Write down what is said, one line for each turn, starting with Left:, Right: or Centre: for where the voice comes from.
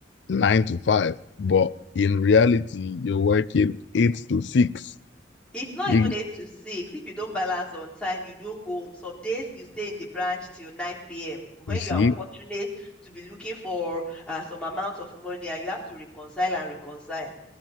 Left: nine to five, but in reality you're working eight to six.
Centre: It's not
Left: You,
Centre: even eight to six. If you don't balance on time, you don't go home. Some days you stay in the branch till 9 p.m. When
Left: you see?
Centre: you are unfortunate to be looking for uh, some amount of money and you have to reconcile and reconcile.